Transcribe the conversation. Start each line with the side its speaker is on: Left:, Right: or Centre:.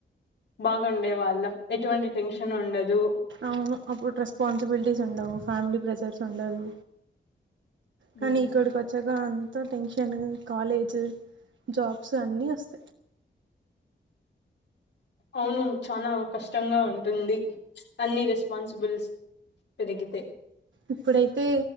Left: బాగుండే వాళ్ళం ఎటువంటి టెన్షన్ ఉండదు.
Right: అవును అప్పుడు రెస్పాన్సిబిలిటీస్ ఉండవు ఫ్యామిలీ ప్రెజర్స్ ఉండదు. కానీ
Left: ఉమ్,
Right: ఇక్కడికి వచ్చాక అంత టెన్షన్ కాలేజ జబ్స్ ఆని వస్త
Left: అవును చానా కష్టంగా ఉంటుంది. అన్ని రెస్పాన్సిబిలిస్ పెరిగితే
Right: ఇప్పుడైతే